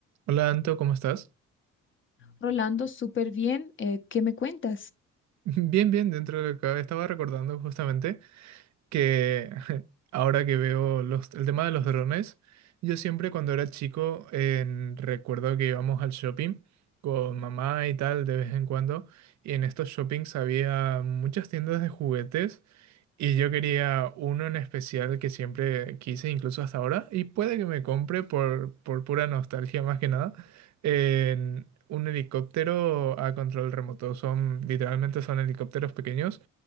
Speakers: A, on the right; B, on the left.
A: Hola Anto, ¿cómo estás?
B: Rolando, súper bien. eh, ¿qué me cuentas?
A: <laughs> Bien, bien, dentro de lo que cabe. Estaba recordando justamente que <laughs> ahora que veo los- el tema de los drones, yo siempre cuando era chico en- recuerdo que íbamos al shopping con mamá y tal de vez en cuando y en estos shoppings había muchas tiendas de juguetes Y yo quería uno en especial que siempre quise, incluso hasta ahora, y puede que me compre por, por pura nostalgia más que nada, en un helicóptero a control remoto. Son, literalmente son helicópteros pequeños